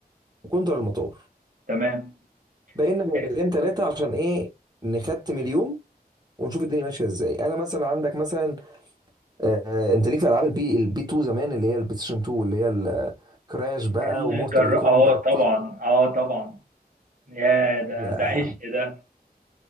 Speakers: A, on the right (about 25°); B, on the right (about 55°).
A: وكونتر المطار
B: تمام
A: بقينا جايبتين
B: آه،
A: تلاته عشان ايه نختم اليوم ونشوف الدنيا ماشيه ازاي انا مثلا عندك مثلا آه انت ليك في العاب البي البي 2 زمان اللي هي البلاي ستيشن 2 اللي هي ال- كراش بقى
B: ال-
A: ومورتال
B: جر...
A: كومبات
B: اه طبعا
A: تيكن
B: اه طبعا يا ده
A: يا
B: ده عيش ده